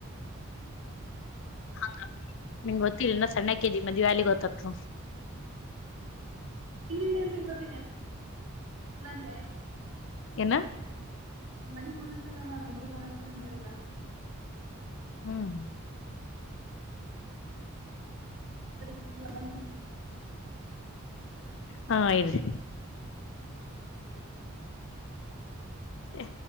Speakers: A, on the right (about 85°); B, on the left (about 60°).
A: ಹ್ಮ್ ಹ್ಮ
B: ಹಂಗ ನಿಮಗೆ ಗೊತ್ತಿಲ್ಲ ನ ಸಣ್ಣ ಕ್ದಿ ಮದ್ ವ್ಯಾಲಿ ಗೊತ್ತತ್ರು
A: ಇನ್ನಿಂದೆ ಎಂತ ಗೊತನಿ ಎಲ್ಲ ಅಂತ ಹೇಳಿ
B: ಎನ್ನ
A: ಮನಗ್ ನತಲ್ಲ ನಾನ್ ನನ್ಗೆ ೋನ್ತೀನ ಅಂತ ಹೇಳಿಲ್ಲಾ
B: ಹ್ಮ್
A: ಬರಿ ಮಲ್ಲ ಮ
B: ಹ ಆಯ್ರಿ ಆ